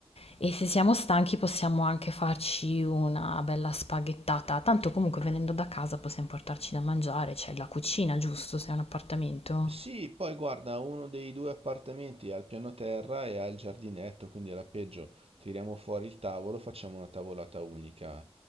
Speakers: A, on the left; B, on the right.
A: e se siamo stanchi possiamo anche farci una bella spaghettata. Tanto comunque venendo da casa possiamo portarci da mangiare, c'è la cucina, giusto? Se è un appartamento.
B: Sì, poi guarda, uno dei due appartamenti ha il piano terra e ha il giardinetto, quindi alla peggio tiriamo fuori il tavolo, facciamo una tavolata unica